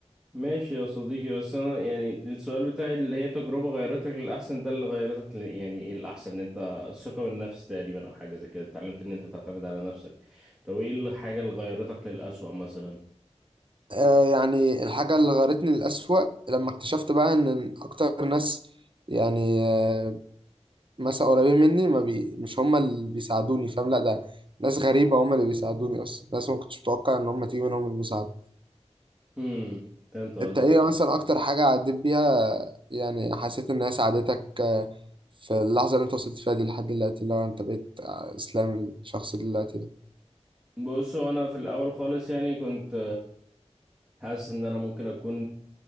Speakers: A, in the centre; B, on the right.
A: ماشي يا صديقي بس أنا يعني السؤال بتاعي اللي هي تجربة غيرتك للأحسن ده اللي غيرتك ل... يعني إيه الأحسن إن أنت الثقة بالنفس تقريبا أو حاجة زي كده اتعلمت إن أنت تعتمد على نفسك طب إيه الحاجة اللي غيرتك للأسوأ مثلا؟
B: آه يعني الحاجة اللي غيرتني للأسوأ لما اكتشفت بقى ان اكتر ناس يعني آه مثلا قريبين مني ما بي مش هم اللي بيساعدوني فاهم لا ده ناس غريبة هم اللي بيساعدوني اصلا ناس ما كنتش متوقع ان هم تيجي منهم المساعدة
A: هم فهمت قصدك
B: انت ايه مثلا اكتر حاجة عديت بيها يعني حسيت انها ساعدتك آه، في اللحظة اللي انت وصلت فيها دي لحد دلوقتي اللي هو انت بقيت آه، اسلام الشخص اللي دلوقتي ده
A: بص هو أنا في الأول خالص يعني كنت حاسس ان انا ممكن اكون